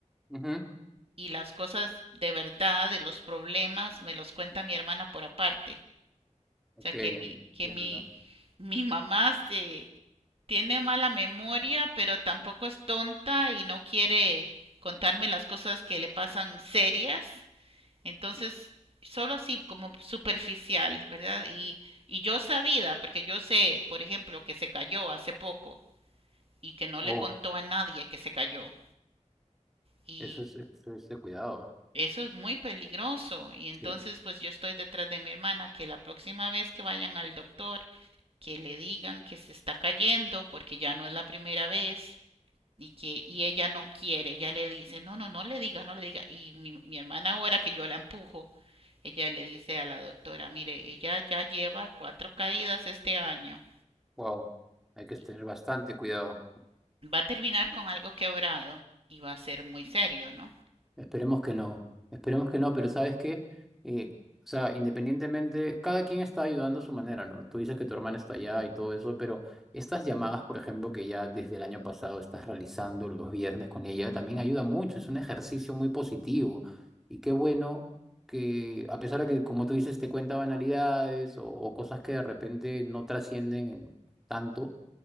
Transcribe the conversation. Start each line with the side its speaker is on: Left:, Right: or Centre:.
Centre: ujú.
Right: Y las cosas de verdad, de los problemas, me los cuenta mi hermana por aparte.
Centre: Ok,
Right: O sea, que
Centre: entiendo.
Right: mi, que mi, Mi mamá se tiene mala memoria, pero tampoco es tonta y no quiere contarme las cosas que le pasan serias. Entonces, solo así como superficial, ¿verdad? Y, y yo sabida, porque yo sé, por ejemplo, que se cayó hace poco y que no le
Centre: Oh,
Right: contó a nadie que se cayó. Y
Centre: eso es, eso es de cuidado, ¿ah?
Right: eso es muy peligroso. Y entonces,
Centre: Sí.
Right: pues yo estoy detrás de mi hermana, que la próxima vez que vayan al doctor, que le digan que se está cayendo, porque ya no es la primera vez y que y ella no quiere, ella le dice, no, no, no le diga, no le diga. Y mi, mi hermana ahora que yo la empujo, ella le dice a la doctora, mire, ella ya lleva cuatro caídas este año,
Centre: Wow, hay que
Right: y
Centre: tener bastante cuidado.
Right: va a terminar con algo quebrado y va a ser muy serio, ¿no?
Centre: Esperemos que no, esperemos que no, pero ¿sabes qué? Eh, o sea, independientemente, cada quien está ayudando a su manera, ¿no? Tú dices que tu hermana está allá y todo eso, pero estas llamadas, por ejemplo, que ya desde el año pasado estás realizando los viernes con ella, también ayuda mucho, es un ejercicio muy positivo. Y qué bueno que, a pesar de que, como tú dices, te cuenta banalidades o, o cosas que de repente no trascienden tanto,